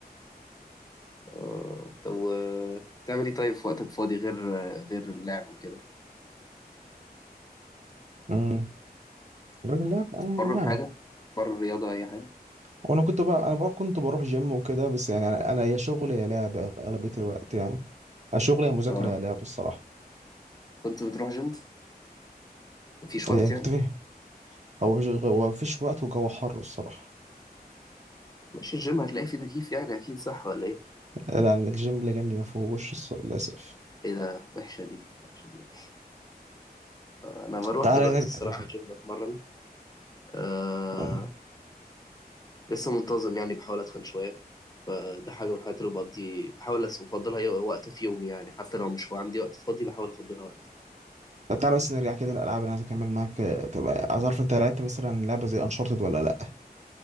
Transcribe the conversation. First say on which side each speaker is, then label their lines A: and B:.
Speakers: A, on the left (about 25°); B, on the right (about 45°).
A: آه طب و- بتعمل ايه طيب في وقتك فاضي غير آه، غير اللعب وكده
B: امم لا
A: بره
B: يعني
A: حاجه بره الرياضه اي حاجه
B: وانا كنت بقى انا بقى كنت بروح جيم وكده بس يعني انا انا يا شغل يا لعب اغلبيه الوقت يعني يا شغل يا مذاكره
A: اه
B: يا لعب الصراحه
A: كنت بتروح جيم مفيش
B: آه،
A: وقت
B: يعني
A: يعني
B: كنت فيه هو مش غ- هو مفيش وقت وجو حر الصراحه
A: مش الجيم هتلاقي فيه تكييف يعني اكيد صح ولا ايه
B: لا الجيم اللي جنبي ما فيهوش الص- للاسف
A: ايه ده وحشه دي وحشه دي يعني. آه، انا بروح
B: تعالى
A: دلوقتي
B: نرجع
A: الصراحه الجيم بتمرن آه،
B: آه،
A: لسه منتظم يعني بحاول أتخن شوية فده حاجة من الحاجات اللي بقضي بحاول أس- أفضلها يو- وقت في يومي يعني حتى لو مش عندي وقت فاضي بحاول أفضلها وقت
B: تعالى بس نرجع كده للالعاب اللي عايز اكمل معاك آه، طب عايز اعرف انت لعبت مثلا لعبه زي انشارتد ولا لا